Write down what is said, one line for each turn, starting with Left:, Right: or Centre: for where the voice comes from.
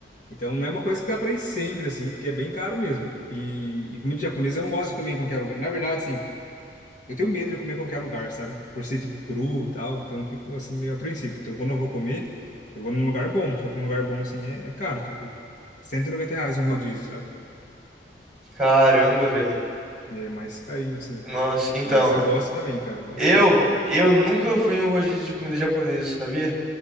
Left: Então não é uma coisa que dá para ir sempre, assim, porque é bem caro mesmo. E, e comida japonesa eu não gosto de comer em qualquer lugar. Na verdade, assim, eu tenho medo de comer em qualquer lugar, sabe? Por ser, tipo, cru e tal, então eu fico, assim, meio apreensivo. Então quando eu vou comer, eu vou num lugar bom, só que um lugar bom, assim, é, é caro, tipo, 190 reais um rodízio, sabe?
Centre: Caramba, velho.
Left: É mais carinho, assim.
Centre: Nossa, então,
Left: Mas eu gosto também, cara, bastante.
Centre: eu eu nunca fui em um rodízio de comida japonesa, sabia?